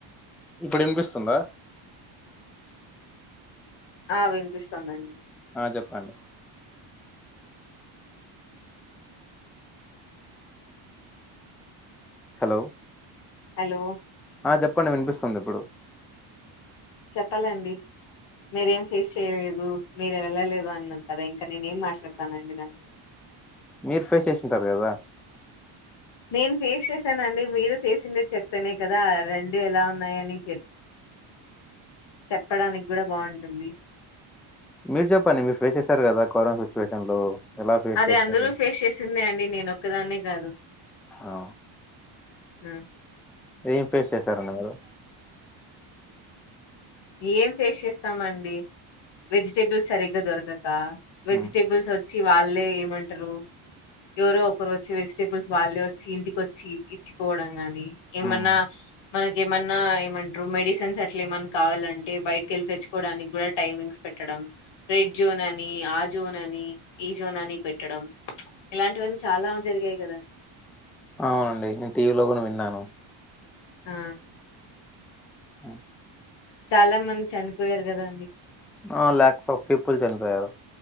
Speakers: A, in the centre; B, on the left.
A: ఇప్పుడు వినిపిస్తుందా
B: ఆ వినిపిస్తానండి
A: హ చెప్పండి హలో
B: హలో
A: ఆ చెప్పండి వినిపిస్తుంది ఇప్పుడు
B: చెప్పాలండి మీరేం ఫేస్ చేయలేదు మీరే వెళ్ళలేదు అన్నరూ కదా ఇంకా నేను ఏం మాట్లాడతాన అండి దాన్ని
A: మీర్ ఫేస్ చేసింటారు కదా
B: నేను ఫేస్ చేశాన అండి మీరు చేసిందే చెప్తానే కదా రెండు ఎలా ఉన్నాయని చే చెప్పడానికి కూడా బాగుంటుంది
A: మీరు చెప్పండి మీరు ఫేస్ చేసారు కదా కరోనా సిచ్యువేషన్ లో ఎలా ఫేస్
B: అది
A: చేశారు
B: అందరూ ఫేస్ చేసిందే అండి నేన ఒక్కదాన్నే కాదు.
A: ఆ
B: ఉ
A: ఏం ఫేస్ చేశారండి మీరు
B: ఏం ఫేస్ చేస్తామండి వెజిటేబుల్స్ సరిగ్గా దొరకదు వెజిటేబల్స్
A: హ్మ్
B: వచ్చి వాళ్ళే ఏమంటారు ఎవరో ఒకరు వచ్చి వెజిటేబుల్స్ వాళ్ళే వచ్చి ఇంటికి వచ్చి ఇచ్చిపోవడం గాని ఏమన్నా
A: హ్మ్
B: మనక ఏమన్నా ఏమంటారు మెడిసిన్స్ అట్లే ఏమ కావాలంటే బయటకి వెళ్ళి తెచ్చుకోవడానికి కూడా టైమింగ్స్ పెట్టడం రెడ్ జోన్ అని ఆ జోన్ అని ఈ జోన్ అని పెట్టడం ఇలాంటివన్నీ చాలా జరిగాయి కద
A: అవునండి నేను టీవీ లో కూడా విన్నాను
B: ఆ
A: ఉ
B: చాలా మంది చనిపోయారు కదా అండి
A: ఆ లేక్స్ అఫ్ పీపుల్ చనిపోయారు